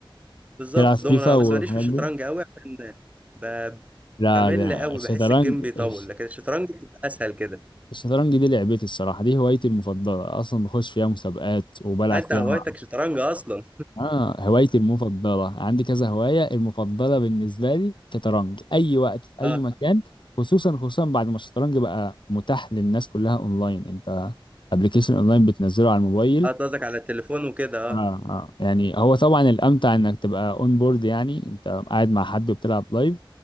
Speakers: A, on the right; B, on the left.
A: بالظبط
B: تلعب
A: دومنة
B: لا فيفا والحاجات
A: بس ماليش في الشطرنج
B: دي
A: أوي عشان ب-
B: لا
A: بمل
B: ده
A: أوي
B: الشطرنج
A: بحس الجيم بيطول
B: الش-
A: لكن الشطرنج بتبقى أسهل كده
B: الشطرنج دي لعبتي الصراحة دي هوايتي المفضلة اصلا بخش فيها مسابقات وبلعب
A: أنت
B: فيها
A: هوايتك
B: مع
A: شطرنج أصلا
B: اه هوايتي المفضلة عندي كذا هواية المفضلة بالنسبة لي شطرنج أي وقت في أي
A: أه
B: مكان خصوصا خصوصا بعد ما الشطرنج بقى متاح للناس كلها أونلاين أنت أبلكيشن أونلاين بتنزله على الموبايل
A: أه أنت قصدك على التليفون وكده
B: آه,
A: أه
B: آه يعني هو طبعا الأمتع إنك تبقى أون بورد يعني أنت قاعد مع حد وبتلعب لايف